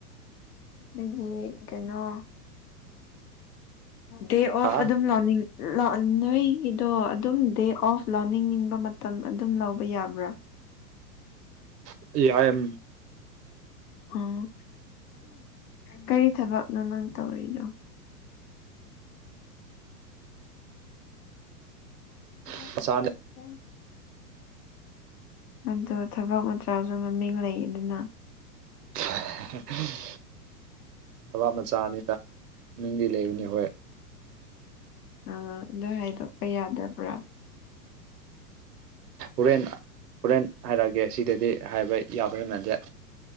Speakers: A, on the left; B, on the right.
A: ꯑꯗꯨ ꯀꯩꯅꯣ ꯗꯦ ꯑꯣꯐ
B: ꯑ
A: ꯑꯗꯨꯝ ꯂꯣꯅꯤꯡ ꯅꯣꯏꯒꯤꯗꯣ ꯑꯗꯨꯝ ꯗꯦ ꯑꯣꯐ ꯂꯧꯅꯤꯡꯅꯤꯡꯕ ꯃꯇꯝ ꯑꯗꯨꯝ ꯂꯧꯕ ꯌꯥꯕ꯭ꯔꯥ
B: <unintelligible>
A: ꯑꯣ ꯀꯔꯤ ꯊꯕꯛꯅꯣ ꯅꯪ ꯇꯧꯔꯤꯗꯣ <unintelligible>
B: ꯃꯆꯥꯅꯤꯕ
A: ꯑꯗ ꯊꯕꯛ ꯃꯆꯥꯁꯨ ꯃꯃꯤꯡ ꯂꯩꯌꯦꯗꯅ
B: <unintelligible> ꯊꯕ ꯃꯆꯥꯅꯤꯅꯃꯤꯡꯗꯤ ꯂꯩꯕꯅꯤ ꯍꯣꯏ
A: ꯑ ꯑꯗꯨ ꯍꯥꯏꯗꯣꯛꯄ ꯌꯥꯗꯕ꯭ꯔꯥ
B: ꯍꯣꯔꯦꯟ ꯍꯣꯔꯦꯟ ꯍꯥꯏꯔꯛꯑꯒꯦ ꯁꯤꯗꯗꯤ ꯍꯥꯏꯕ ꯌꯥꯕ꯭ꯔꯦ ꯃꯥꯟꯗꯦ